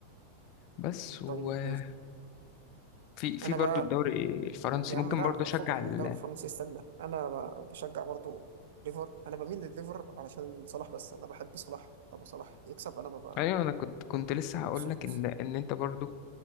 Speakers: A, on the left; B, on the right.
A: بس وفي
B: طيب
A: في
B: انا
A: برضو
B: بقى
A: الدوري الفرنسي
B: يا عم
A: ممكن
B: لا
A: برضو اشجع
B: فكك
A: ال...
B: من الدوري الفرنسي استنى انا ب- بشجع برضو ليفر انا بميل لليفر علشان صلاح بس انا بحب صلاح لما صلاح يكسب انا ببقى
A: ايوه انا كنت كنت لسه هقول
B: مبسوط
A: لك ان ان انت برضو